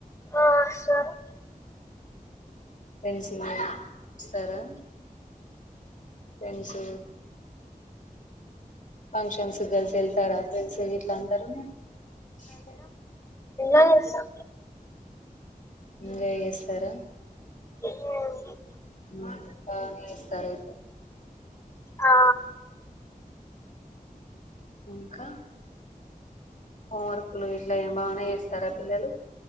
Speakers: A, on the left; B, on the left.
A: ఆ వస్తారు
B: రెంస్ వస్తారుా ఫ్రెండ్సూ ఫంక్షన్స్ గలిసి ఎళ్తారా ఫ్రెండ్స్ గిట్ల అందరు స
A: అసలు
B: ఇంజాయ్ చేస్తార
A: మ్మ్.
B: ఉ బానే చేస్తారు అయితే
A: ఆ
B: ఇంకా హోంవర్కులు గిట్లా ఏం బాగానే చేస్తారా పిల్లలు